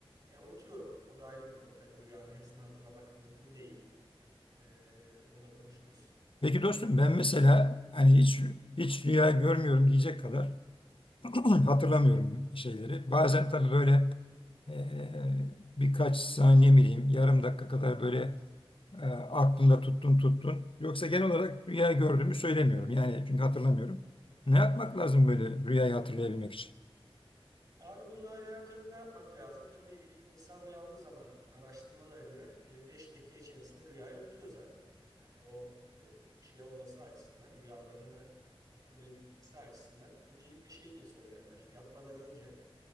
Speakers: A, on the right (about 40°); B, on the left (about 60°).
A: e, unutuyorum. O da ayrı bir konu. Tabii rüyanın hepsini hatırlamak mümkün değil. E, onu da konuşuruz.
B: Peki dostum
A: E,
B: ben mesela hani hiç hiç rüya görmüyorum diyecek kadar <clears throat> hatırlamıyorum şeyleri. Bazen tabii böyle e, birkaç saniye mi diyeyim yarım dakika kadar böyle e, aklımda tuttun tuttun. Yoksa genel olarak rüya gördüğümü söylemiyorum. Yani çünkü hatırlamıyorum. Ne yapmak lazım böyle rüyayı hatırlayabilmek için?
A: Abi bununla alakalı ne yapmak lazım? Tabii ilk insan uyandığı zaman araştırmalara göre e, 5 dakika içerisinde rüyayı unutuyor zaten. Yani o e, şey olması açısından, rüyalarını hatırlayabilmesi açısından öncelikle şey diye söylerler. Yatmadan önce